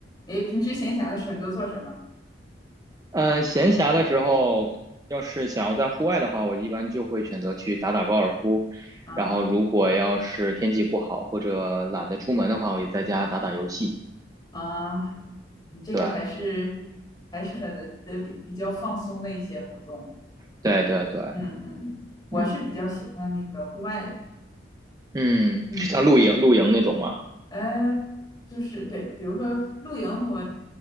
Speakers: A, on the left; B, on the right.
A: 诶，平时闲暇的时候你都做什么
B: 嗯，闲暇的时候，要是想要在户外的话，我一般就会选择去打打高尔夫。
A: 啊？
B: 然后，如果要是天气不好或者懒得出门的话，我就在家打打游戏。
A: 啊，你这个还是还是很的比比较放松的一些活动。
B: 对，对，对，对，
A: 嗯嗯，我是比较喜欢那个户外的。
B: 嗯嗯，
A: 嗯，
B: 是像露营露营那种吗？
A: 呃，就是对，比如说露营我